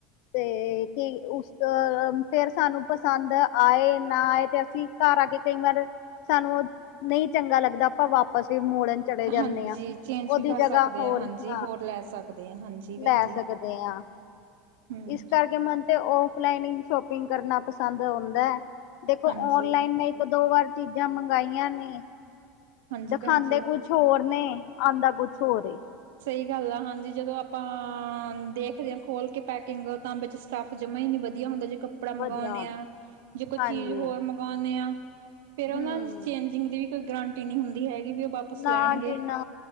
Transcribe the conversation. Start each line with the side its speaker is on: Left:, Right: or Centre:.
Left: ਤੇ ਕੀ ਉਸ ਤੋਂ ਫੇਰ ਸਾਨੂੰ ਪਸੰਦ ਆਏ ਨਾ ਆਏ ਤੇ ਅਸੀਂ ਘਰ ਆ ਕੇ ਕਈ ਵਾਰ, ਸਾਨੂੰ ਨਈ ਚੰਗਾ ਲੱਗਦਾ ਆਪਾ ਵਾਪਸ ਵੀ ਮੋੜਨ ਚਲੇ ਜਾਨੇ
Right: ਹਾਂਜੀ
Left: ਆ,
Right: ਚੇਂਜ
Left: ਉਹਦੀ
Right: ਵੀ ਕਰ
Left: ਜਗ੍ਹਾ
Right: ਸਕਦੇ
Left: ਹੋਰ
Right: ਆ ਹਾਂਜੀ
Left: ਹਾਂ
Right: ਹੋਰ ਲੈ ਸਕਦੇ ਆ ਹਾਂਜੀ ਭੈਣ
Left: ਲੈ
Right: ਜੀ
Left: ਸਕਦੇ ਆ।
Right: ਹਮ
Left: ਇਸ ਕਰਕੇ ਮਨ ਤੇ ਉਹ ਪਲੈਨਿੰਗ ਸ਼ੋਪਿੰਗ ਕਰਨਾ ਪਸੰਦ ਉਂਦਾ, ਦੇਖੋ
Right: ਹਾਂਜੀ
Left: ਔਨਲਾਈਨ ਮੈਂ ਇੱਕ ਦੋ ਵਾਰ ਚੀਜ਼ਾਂ ਮੰਗਾਈਆਂ ਨੇ।
Right: ਹਾਂਜੀ
Left: ਦਿਖਾਦੇ
Right: ਭੈਣ ਜੀ
Left: ਕੁਛ ਹੋਰ ਨੇ ਆਦਾ ਕੁਛ ਹੋਰ ਏ।
Right: ਸਹੀ ਗੱਲ ਆ ਹਾਂਜੀ ਜਦੋਂ ਆਪਾਂ ਦੇਖਦੇ ਆ ਖੋਲ ਕੇ ਪੈਕਿੰਗ ਤਾਂ ਵਿੱਚ ਸਾਫ਼ ਜਮ੍ਹਾਂ ਈ ਨੀ ਵਧੀਆ ਹੁੰਦਾ ਜਿਕਾ ਕੱਪੜਾ ਮੰਗਾਉਨੇ
Left: ਵਧੀਆ
Right: ਆ, ਜੇ ਕੋਈ
Left: ਹਾਂਜੀ
Right: ਚੀਜ਼ ਹੋਰ ਮੰਗਵਾਉਂਨੇ ਆ ਫੇਰ ਉਹਨਾਂ
Left: ਹਮ
Right: ਦੀ ਚੇਂਜਿੰਗ ਦੀ ਕੋਈ ਗਰੰਟੀ ਨੀ ਹੁੰਦੀ ਹੈਗੀ ਵੀ ਉਹ ਵਾਪਸ
Left: ਨਾ
Right: ਲੈਣਗੇ
Left: ਜੇ ਨਾ,